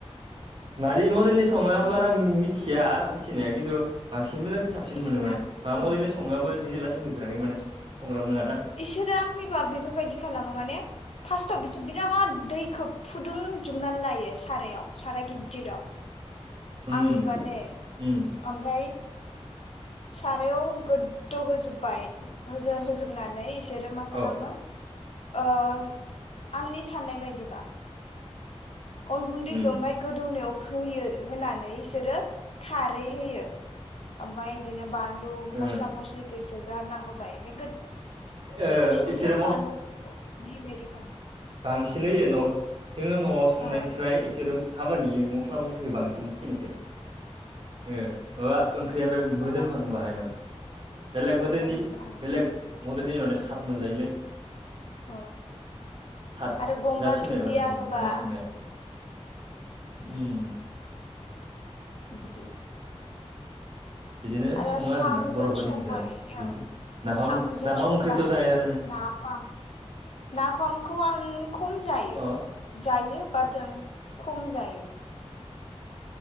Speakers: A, on the right; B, on the left.
A: मादि मडेलनि सङो आंबो
B: उम
A: बारा मिथि। मिथिया मिथिनाया खिन्थु बांसिन मोजां साबसिन
B: बिसोरना
A: मोनो माने माबा
B: उम
A: मडेललन
B: साबसिन
A: सङो आंबो दिनैआलासि नुफेराखै माने। संग्राबो नङाना
B: इसोरो आंनिबा बेफोरबायदि खालामो माने फार्स्आव बिसोर बिरादाद दैखोब। फुदुंजोबनानै लायो सारायाव साराय गिददिराव।
A: उम
B: आंनि बा दे
A: उम
B: ओमफ्राय। सारायाव गोददौ होजोबबाय होजोबनानै। बिसोरो मा खालामो
A: औ
B: ओम आंनि साननाय बायदिबा। अन गुन्दैखौ
A: उम
B: ओमफाय गोदौनायाव। होयो होनानै इसोरो खारै होयो ओमफाय इदिनो। बानलु
A: ओ
B: मस्ला मसलिखो इसोर गारना होबाय ओमफाय गोद इदिनो
A: ओ
B: संख्राय
A: इसोरो
B: बानलुखौ बेदिख।
A: बांसिनै जेन' जोङो न'आव संनायस्राय
B: औ
A: इसोरो। हाबानि मस्ला मस्लिखौ बांसिन होसिनो इसोरो। ए माबा ओंख्रियानो
B: माने
A: मोदोमखाङो
B: माने
A: बाहायमोन बेलेग मदेलनि
B: मोदोमखाङो
A: बेलेग मदेलनि माने साट मोनजायोलै।
B: औ
A: सातजासिनो
B: आरो गंगार दुन्दिया
A: बांसिन
B: होबा
A: माने संनाया। उम।
B: दि।
A: बिदिनो
B: आरो
A: सङो
B: साम'जों
A: आरोना बर'फोरनि
B: सबाय
A: ओंख्रियालाय बिदिनोसै
B: औ
A: नाफाम
B: सामुजों
A: नाफाम
B: सबाय
A: ओंख्रिथ' जायोना
B: ना।
A: नों
B: नाफाम नाफामखौ आं खम जायो
A: अ
B: जायो। बाथों खम जायो।